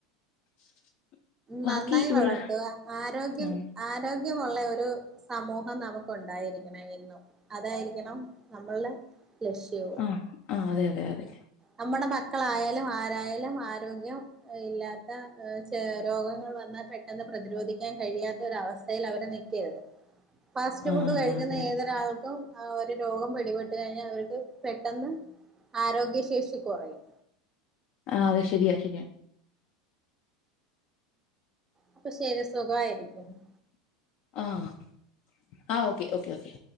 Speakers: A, on the left; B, on the right.
A: <inaudible>
B: നന്നായി
A: ബാക്കി ഇവിടെ
B: വളർത്തുക. ആരോഗ്യം
A: ഉം,
B: ആരോഗ്യമുള്ള ഒരു സമൂഹം നമുക്ക് ഒണ്ടായിരിക്കണം എന്നും. അതായിരിക്കണം നമ്മളുടെ ലക്ഷ്യവും.
A: ആഹ് ആ അതെ അതെ അതെ
B: നമ്മുടെ മക്കളായാലും ആരായാലും ആരോഗ്യം. ഇല്ലാത്ത ഏഹ് ചെ രോഗങ്ങൾ വന്നാ പെട്ടെന്ന് പ്രതിരോധിക്കാൻ കഴിയാത്ത ഒരവസ് ത്തേൽ അവടെ നിക്കരുത്. ഫാസ്റ്റ്
A: ആ
B: ഫുഡ് കഴിക്കുന്ന
A: ആ, അതെ
B: ഏതൊരാൾക്കും ആ ഒരു രോഗം പിടിപെട്ട് കഴിഞ്ഞാ അവർക്ക് പെട്ടെന്ന് ആരോഗ്യശേഷി കൊറയും.
A: ആഹ് അത് ശരിയാ ശരിയാണ്.
B: അപ്പൊ ശരി സുഖായിരിക്കുന്നു.
A: ആഹ് ആഹ് ഓക്കെ ഓക്കെ ഓക്കെ